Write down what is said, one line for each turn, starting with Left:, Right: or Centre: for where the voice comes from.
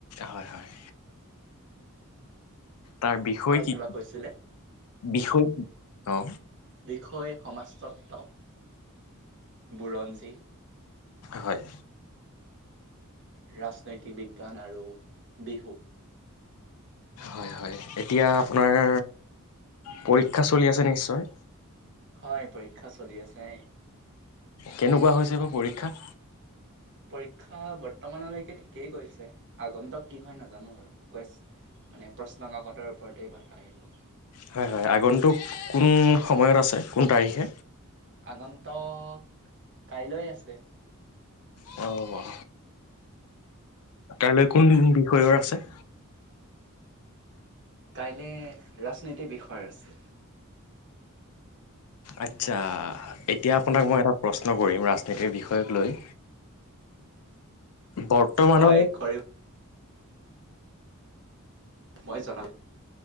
Left: হয় হয় তাৰ বিষয়
Right: হয়
Left: কি
Right: কিবা কৈছিলে
Left: বিষয় কি অ
Right: বিষয় সমাজতত্ব বুৰঞ্জী।
Left: হয়
Right: ৰাজনৈতিক বিজ্ঞান আৰু বিহু
Left: হয় হয় এতিয়া আপোনাৰ পৰীক্ষা চলি আছে নিশ্চয়
Right: হয় পৰীক্ষা চলি আছে।
Left: কেনেকুৱা হৈছে বা পৰীক্ষা
Right: পৰীক্ষা বৰ্তমানলৈকে ঠিকেই গৈছে আগন্তক কি হয় নাজানো আৰু কৈ মানে প্ৰশ্নকাকতৰ ওপৰতেই কথা আহিব
Left: হয় হয় আগন্তু কোন সময়ত আছে কোন তাৰিখে।
Right: আগন্তক কাইলৈ আছে
Left: অঁ কাইলৈ কোন বিষয়ৰ আছে।
Right: কাইলে ৰাজনীতিৰ বিষয়ৰ আছে
Left: আচ্ছা এতিয়া আপোনাক মই এটা প্ৰশ্ন কৰিম ৰাজনীতিৰ বিষয়ক লৈ। বৰ্তমানৰ
Right: হয় কৰিব মই জনাল <inaudible>